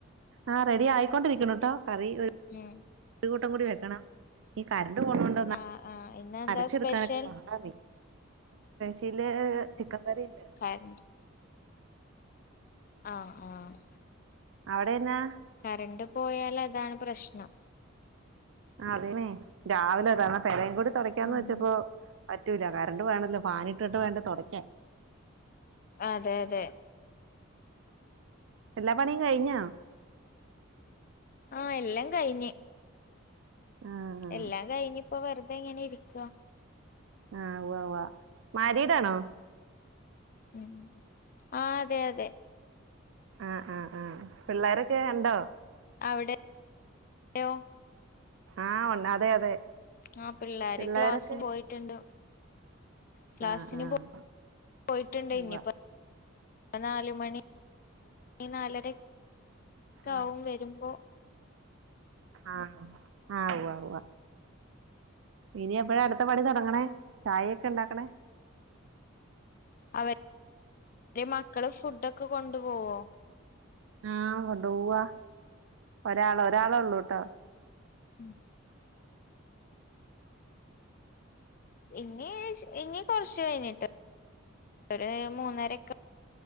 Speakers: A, on the right (about 65°); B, on the left (about 40°).
A: ആ റെഡി ആയിക്കൊണ്ടിരിക്ണ്ട്ട്ടൊ കറി ഒര്
B: മ്
A: ഒരു കൂട്ടം കൂടി വെക്കണം ഈ കരണ്ട് പോണേണ്ട് പ്പന്നാ
B: ആഹ് ആഹ് ഇന്നെന്താ
A: അരച്ചെടുക്കാനൊക്കെ
B: സ്പെഷ്യൽ
A: പാടാന്നേ ചില് ചിക്കൻ കറി ണ്ട്
B: കര്ണ്ട് ആഹ് ആഹ്
A: അവിടെന്നാ
B: കറണ്ട് പോയാല് അതാണ് പ്രശ്നം
A: അതനേ രാവിലെതനെ തെരെകൂടി തൊടയ്ക്കാന്ന്
B: ഉം
A: വെച്ചപ്പോ പറ്റൂല കറണ്ട് വേണല്ലോ ഫാന് ഇട്ടിട്ട് വേണ്ടെ തൊടക്കാൻ
B: അതെ അതെ
A: എല്ലാ പണിയും കഴിഞ്ഞ
B: ആഹ് എല്ലംകഴിഞ്ഞ്
A: ആ ആ
B: എല്ലാം കഴിഞ്ഞ് ഇപ്പൊ വെറുതെ ങ്ങനെ ഇരിക്കാ
A: ആഹ് വ്വാ വ്വാ മാരിയീടാണോ
B: മ് ആഹ് അതെ അതെ
A: ആഹ് ആഹ് ആഹ് പിള്ളേരൊക്കെ ണ്ടോ
B: അവിടെയൊ
A: ആഹ് ഉണ്ട് അതെ അതെ
B: ആഹ് പിള്ളാര്
A: പിള്ളേരൊക്കെ
B: ക്ലാസ്സിന് പോയിട്ടുണ്ട് ക്ലാസിന്
A: ആഹ് ആഹ്
B: പോ പോയിട്ടുണ്ട്
A: ഉവ്വ
B: ഇനിയിപ്പോ. നാല് മണി നാലര കാവും
A: ആഹ്
B: വരുമ്പോ
A: ആഹ് ആഹ് വ്വാ വ്വാ ഇനി എപ്പോഴ അടുത്ത പണി തൊടങ്ങണേ ചായേക്കെണ്ടാക്ക്ണേ
B: അവര് ര് മക്കള് ഫുഡോക്കെ കൊണ്ടു പോവോ
A: ആഹ് കൊണ്ടൊവ്വാ ഒരാള് ഒരാള് ളൊ ള്ളൂട്ടെ
B: മ് ഇനി ഇനി കൊറച്ച്കഴിഞ്ഞിട്ട് ഒര് മൂന്നരൊക്കെ